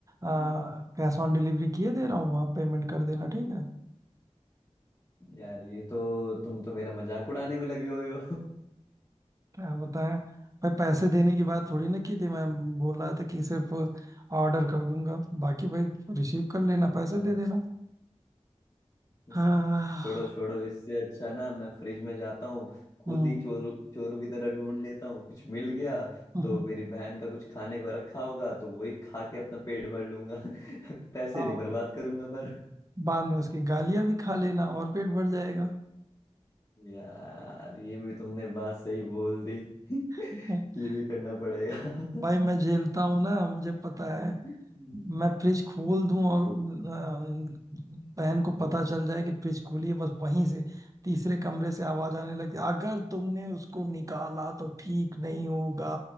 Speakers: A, on the right; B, on the left.
A: आ,
B: हम्म,
A: कैश ऑन डिलीवरी किए दे रहा हूँ वहाँ पेमेंट कर देना ठीक है
B: यार ये तो तुम तो मेरा मजाक उड़ाने में लगे हुए हो <laughs>
A: क्या बताएं भाई पैसे देने की बात थोड़ी ना की थी मैं बोल रहा था कि सिर्फ ऑर्डर कर दूंगा बाकी भाई रिसीव कर लेना पैसे
B: हाँ?
A: दे देना
B: हाँ,
A: हाँ
B: छोड़ो छोड़ो इससे अच्छा ना मैं फ्रिज में जाता हूँ खुद
A: हम्म
B: ही चोरों चोरों की तरह ढूंढ लेता हूँ कुछ मिल गया
A: हम्म,
B: तो मेरी बहन का कुछ खाने को रखा होगा तो वही खा के अपना पेट भर लूंगा <laughs> पैसे
A: हाँ
B: नहीं बर्बाद करूंगा पर
A: बाद में उसकी गालियां भी खा लेना और पेट भर जाएगा
B: यार ये भी तुमने बात सही बोल दी <laughs> ये
A: <laughs>
B: भी करना पड़ेगा
A: भाई
B: <laughs>
A: मैं झेलता हूँ ना मुझे पता है
B: हम्म,
A: मैं फ्रिज खोल दूं और
B: हम्म,
A: अ, बहन
B: हम्म।
A: को पता चल जाए कि फ्रिज खुली है बस वहीं से तीसरे कमरे से आवाज आने लगी अगर तुमने उसको निकाला तो ठीक नहीं होगा